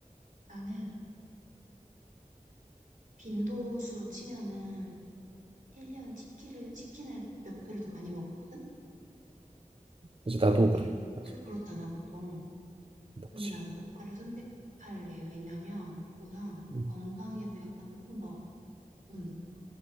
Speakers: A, on the right (about 70°); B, on the right (about 40°).
A: 나는 빈도수로 치면은 1 년에 치킨을 치킨을 몇 배를 더 많이 먹었거든?
B: 그치 나도
A: 근데
B: 그래. 맞아.
A: 그게 그렇잖아, 보통.
B: 먹지.
A: 근데 나는 족발을 선택할래. 왜냐면 우선
B: 음,
A: 건강에도 약간 조금 더 좋은 느낌.